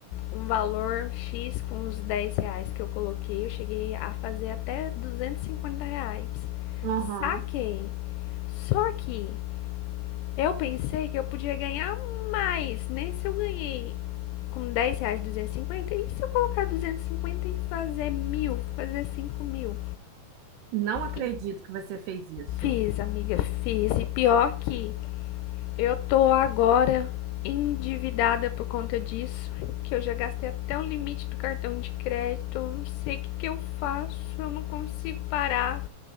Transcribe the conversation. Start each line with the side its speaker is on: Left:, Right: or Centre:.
Left: um valor X com os 10 reais que eu coloquei. Eu cheguei a fazer até 250 reais.
Right: Aham,
Left: Saquei. Só que eu pensei que eu podia ganhar mais. Nesse eu ganhei com 10 reais duzentos E cinquenta e se eu colocar duzentos e cinquenta e fazer mil, fazer cinco mil?
Right: Não acredito
Left: E
Right: que você fez isso.
Left: fiz, amiga, fiz. E pior que Eu tô agora endividada por conta disso, que eu já gastei até o limite do cartão de crédito. Eu não sei o que, que eu faço, eu não consigo parar,